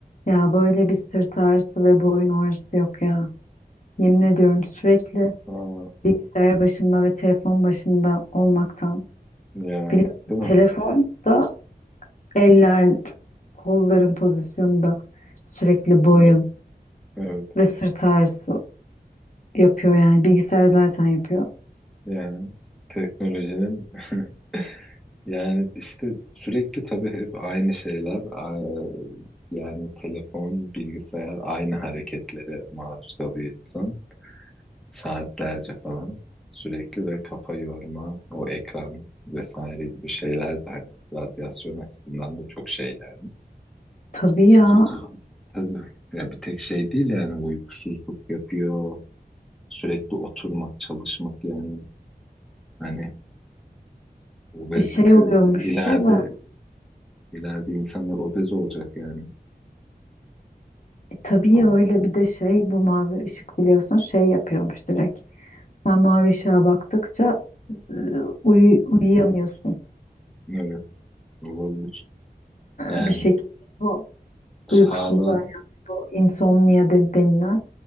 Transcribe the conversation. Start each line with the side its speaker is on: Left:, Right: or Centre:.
Left: Ya böyle bir sırt ağrısı ve boyun ağrısı yok ya. Yemin ediyorum sürekli
Centre: Ha,
Left: bilgisayar başında ve telefon başında olmaktan.
Centre: ya
Left: Biliyorsun
Centre: değil
Left: telefon
Centre: mi?
Left: da eller, kolların pozisyonunda sürekli boyun
Centre: Evet, evet.
Left: ve sırt ağrısı yapıyor yani. Bilgisayar zaten yapıyor.
Centre: Yani teknolojinin <laughs> yani işte sürekli tabii hep aynı şeyler. A- Yani telefon, bilgisayar aynı hareketlere maruz kalıyor insan. Saatlerce falan sürekli ve kafa yorma, o ekran vesaire gibi şeyler de hani radyasyon açısından da çok şey yani.
Left: Tabii ya.
Centre: Uyku. Tabii. Ya bir tek şey değil yani uykusuzluk yapıyor. Sürekli oturmak, çalışmak yani. Hani obezite
Left: E şey oluyormuş
Centre: ileride
Left: ya zaten.
Centre: ileride insanlar obez olacak yani
Left: E tabii
Centre: falan.
Left: ya öyle bir de şey bu mavi ışık biliyorsun şey yapıyormuş direkt. Sen mavi ışığa baktıkça e, uyu uyuyamıyorsun.
Centre: Evet olabilir. Yani
Left: e, bir şekilde o
Centre: sağlığa
Left: uykusuzluğa yani bu insomnia de- denilen